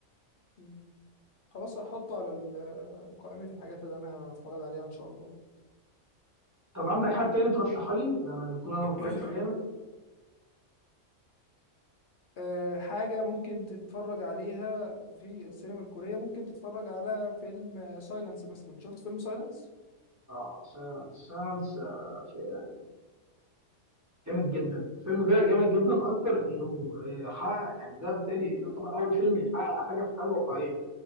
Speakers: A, on the left; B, on the right.
A: مم. خلاص هحطه على ال- قائمه الحاجات اللي انا هتفرج عليها ان شاء الله
B: طب عندك حد تاني ترشحها لي انا يكون انا
A: <coughs>
B: ما اتفرجتش عليها
A: آه، حاجة ممكن تتفرج عليها في السينما الكورية ممكن تتفرج على فيلم سايلنس مثلا شفت فيلم سايلنس؟
B: اه سايلنس سايلنس آه، في- يعني جامد جدا الفيلم ده جامد جدا اكتر انه آه، حقق يعني ده بالتالي يعتبر اول فيلم يحقق حاجه في الحياه الواقعيه